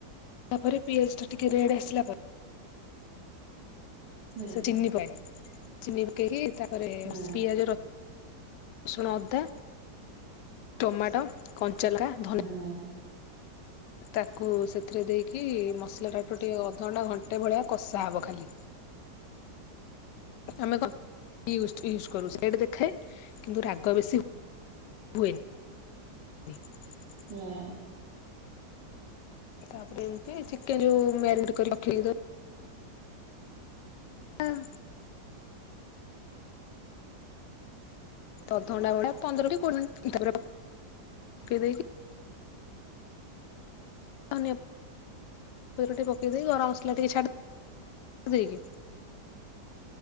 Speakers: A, on the left; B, on the right.
A: ତାପରେ ପିଆଜଟା ଟିକେ ରେଡ଼ ଆସିଲା ପରେ
B: ହୁଁ
A: ସେ ଚିନି ପାଏ ଚିନି ପକେଇକି ତାପରେ
B: ହୁଁ
A: ପିଆଜ ର ରସୁଣ ଅଦା ଟମାଟୋ କଞ୍ଚା ଲଙ୍କା ଧନିଆ
B: ହଁ।
A: ତାକୁ ସେଥିରେ ଦେଇକି ମସଲା ଟାଠୁ ଟିକେ ଅଧଘଣ୍ଟା ଘଣ୍ଟେ ଭଳିଆ କଷା ହବ ଖାଲି। ଆମେ କଣ ୟୁଜଡ଼ ୟୁଜ କରୁ ସେଇଟା ଦେଖାଏ କିନ୍ତୁ ରାଗ ବେଶୀ ହୁଏନି। <unintelligible>
B: ୟା।
A: ତାପରେ ଏମିତି ଚିକେନ ଯୋଉ ମ୍ୟାରିନେଟ କରି ରଖିଦେଇଥିବା ହଁ। ଅଧ ଘଣ୍ଟା ଭଳି ପନ୍ଦର କୋଡିଏ ମିନରେ ପକେଇ ଦେଇକି ଧନିଆ ଟିକେ ପକେଇ ଦେଇକି ଗରମ ମସଲା ଟିକେ ଛାଡ଼ି ଦେଇକି